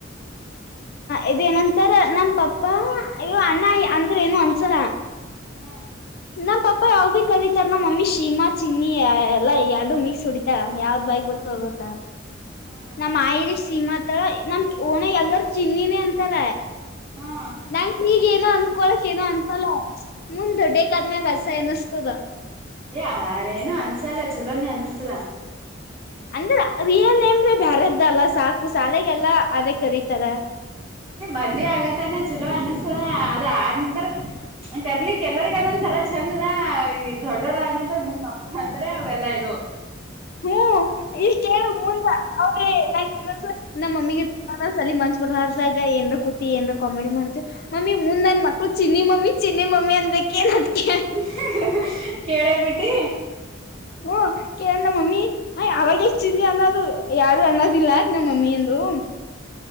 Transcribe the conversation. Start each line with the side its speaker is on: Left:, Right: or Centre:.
Left: ಇದೇ ನಂತರ ನಮ್ ಪಪ್ಪ ಅಯ್ಯೋ ಅಣ್ಣ ಅಂದ್ರೆ ಏನು ಅನ್ಸಲ್ಲ
Right: ಹ್ಮ
Left: ನಮ್ ಪಾಪ ಯಾವ್ ಭಿ ಕರೀತಾರ ನಮ್ಮ್ ಮಮ್ಮಿ ಶೀಮಾ ಚಿನ್ನಿ ಎಲ್ಲಾ ಎರಡು ಮಿಕ್ಸ್ ಹೊಡಿತರೆ ಯಾವ್ದ್ ಬೈಕ್
Right: ಹ್ಮ್
Left: ಬರ್ತ್ತದ್ ಗೊತ್ತ
Right: ಹ್ಮ್
Left: ನಮ್ ಆಯಿರಿ ಸೀಮಾತ ನಮ್ ಓಣೆಗ ಎಲ್ಲಾರ್ ಚಿನ್ನಿನೇ ಅಂತಾರ
Right: ಹ್ಮ್
Left: ನನ್ನು ಇಗೆ ಏನೋ ಅನ್ಕೊಳಕ್ ಏನು ಅನ್ಸಲ್ಲ ಮುಂದ್ ದೊಡ್ಡಾಕ್ ಆದ್ಮ್ಯಾಗ ಅಸಯ ಅನ್ಸತ್ತದ <unintelligible>
Right: ಅದೇ ಏನು ಅನ್ಸಲ್ಲ ಚಲೋನೇ ಅನ್ಸತ್ತದ
Left: ಅಂದ್ರೆ ರಿಯಲ್ ನೇಮ್ ಬ್ಯಾರದ್ದ ಅಲ್ಲ ಸಾಕು ಸಾಲಗೆಲ್ಲ ಅದೇ ಕರಿತಾರ
Right: ನಿಮ್ ಮದ್ವಿ ಆಗತ್ತಾನ ಚಲೋ ಅನಸ್ತದ ಅದ ಆದ್ ನಂತರ ಕರ್ಲಿಕ್ ಎಲ್ಲರಿಗ್ ಅದಂತ ರ ಚಂದದ ಈ ದೊಡ್ಡೊರ ಆದಂತರ ಮುಂದ್ ಮಕ್ಳ ಅಂದ್ರೆ ಅವೆಲ್ಲಾ ಇದು
Left: ಹ್ಮ ಈಕೆ ಕೇಳು ಮುಂದ್ ಅವ್ರೇ ನಸ ನಮ್ಮ ಮಮ್ಮಿಗೆ ತುಂಬಾ ಸಲಿ ಮನ್ಸ್ ಲಾಗ ಏನ್ ಕೂತಿ ಏನ್ರ ಕಾಮಿಡಿ ಮಾಡ್ತಿವಿ ಮಮ್ಮಿ ಮುಂದ್ ನನ್ ಮಕ್ಳು ಚಿನ್ನಿ ಮಮ್ಮಿ ಚಿನ್ನಿ ಮಮ್ಮಿ ಅಂದ್ರೆ <unintelligible>
Right: ಹೆ ಹೆ ಕೇಳೇ ಬಿಟ್ಟಿ
Left: ಹ್ಮ ಕೇಳ ನಾನ್ ಮಮ್ಮಿ ಅವಗೆ ಚಿನ್ನಿ ಅನ್ನೋದು ಯಾರು ಅನ್ನೋದಿಲ್ಲ ನಮ್ಮ ಮಮ್ಮಿ ಅಂದ್ ಹೂ